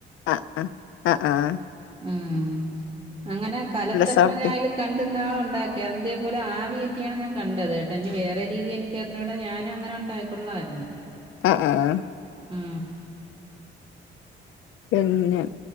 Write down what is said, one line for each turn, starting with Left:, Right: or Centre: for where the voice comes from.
Left: ആഹ് ആഹ് ആഹ് ആഹ്
Right: ഉം അങ്ങനെ കാലത്തപ്പോ
Left: സോഫ്റ്റ്
Right: ഞാൻ അയില് കണ്ട് ന്നാ ഒണ്ടാക്കിയാർന്നു ഇതേപോലെ ആവി കേറ്റിയാണ് ഞാൻ കണ്ടത് കേട്ട ഇനി വേറെ രീതി എനിക്കറിഞ്ഞൂടാ ഞാനും അങ്ങനെ ഒണ്ടാക്കൊള്ളാരുന്നു
Left: ആഹ് ആഹ്
Right: ഉം
Left: പിന്നെ